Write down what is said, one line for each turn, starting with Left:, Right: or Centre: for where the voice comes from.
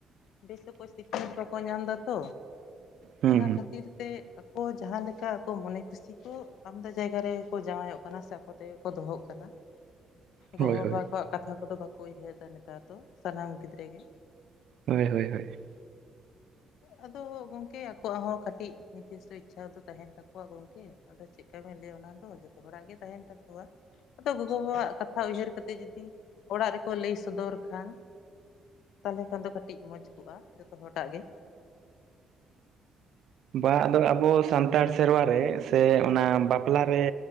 Left: ᱵᱮᱥ ᱚᱠᱚᱪ ᱥᱤᱠᱷᱱᱟᱹᱛ ᱵᱟᱠᱚ ᱧᱟᱢ ᱫᱟ ᱛᱚ,
Right: ᱦᱩᱸ
Left: ᱚᱱᱟ ᱠᱷᱟᱹᱛᱤᱨ ᱛᱮ ᱟᱠᱚ ᱡᱟᱦᱟᱸ ᱞᱮᱠᱟ ᱟᱠᱚ ᱢᱚᱱᱮ ᱠᱩᱥᱤ ᱠᱚ ᱟᱢᱫᱟ ᱡᱟᱭᱜᱟ ᱨᱮᱠᱚ ᱡᱟᱶᱟᱭᱚᱜ ᱠᱟᱱᱟ, ᱥᱮ ᱟᱠᱚ ᱛᱮᱜᱮ ᱠᱚ ᱫᱚᱦᱚᱜ ᱠᱟᱱᱟ ᱾
Right: <inaudible>
Left: ᱜᱚᱜᱚ-ᱵᱟᱵᱟ
Right: ᱦᱳᱭ
Left: ᱠᱚᱣᱟᱜ ᱠᱟᱛᱷᱟ ᱠᱚᱫᱚ ᱵᱟᱠᱚ ᱩᱭᱦᱟᱹᱨ ᱫᱟ ᱱᱮᱛᱟᱨ ᱫᱚ ᱥᱟᱱᱟᱢ ᱜᱤᱫᱽᱨᱟᱹ ᱜᱮ᱾
Right: ᱦᱳᱭ ᱦᱳᱭ ᱦᱳᱭ ᱾
Left: ᱟᱫᱚ ᱜᱚᱝᱠᱮ ᱟᱠᱚᱣᱟᱜ ᱦᱚᱸ ᱠᱟᱹᱴᱤᱡ ᱠᱤᱪᱷᱩ ᱤᱪᱷᱟ ᱫᱚ ᱛᱟᱦᱮᱸᱱ ᱛᱟᱠᱚᱣᱟ ᱜᱚᱝᱠᱮ, ᱟᱫᱚ ᱪᱮᱜᱠᱟ ᱵᱤᱱ ᱞᱟᱹᱭᱟ ᱚᱱᱟ ᱫᱚ ᱡᱷᱚᱛᱚ ᱦᱚᱲᱟᱜ ᱜᱮ ᱛᱟᱦᱮᱸᱱ ᱛᱟᱠᱚᱣᱟ ᱾ ᱟᱫᱚ ᱜᱚᱜᱚ-ᱵᱟᱵᱟᱣᱟᱜ ᱠᱟᱛᱷᱟ ᱩᱭᱦᱟᱹᱨ ᱠᱟᱛᱮ ᱡᱩᱫᱤ ᱚᱲᱟᱜ ᱨᱮᱠᱚ ᱞᱟᱹᱭ ᱥᱚᱫᱚᱨ ᱠᱷᱟᱱ ᱛᱟᱦᱞᱮ ᱠᱷᱟᱱ ᱫᱚ ᱠᱟᱹᱴᱤᱡ ᱢᱚᱡᱽ ᱠᱚᱜᱼᱟ ᱡᱷᱚᱛᱚ ᱦᱚᱴᱟᱜ ᱜᱮ ᱾
Right: ᱵᱟ ᱟᱫᱚ ᱟᱵᱚ ᱥᱟᱱᱛᱟᱲ ᱥᱮᱨᱣᱟᱨᱮ ᱥᱮ ᱚᱱᱟ ᱵᱟᱯᱞᱟᱨᱮ